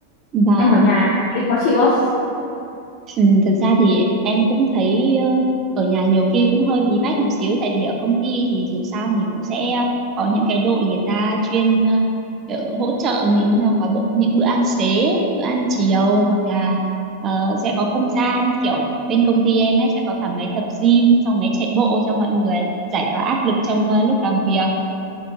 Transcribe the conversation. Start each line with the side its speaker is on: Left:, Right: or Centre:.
Right: Và
Left: em ở nhà nghĩ khó chịu không
Right: ừ, thực ra thì em cũng thấy ờ, ở nhà nhiều khi cũng hơi bí bách một xíu tại vì ở công ty thì dù sao mình cũng sẽ có những cái đội người ta chuyên ờ, kiểu hỗ trợ mình xong có bữa, những bữa ăn xế, bữa ăn chiều hoặc là ờ, sẽ có không gian kiểu bên công ty em ấy sẽ có cả máy tập gym xong máy chạy bộ cho mọi người giải tỏa áp lực trong ờ, lúc làm việc.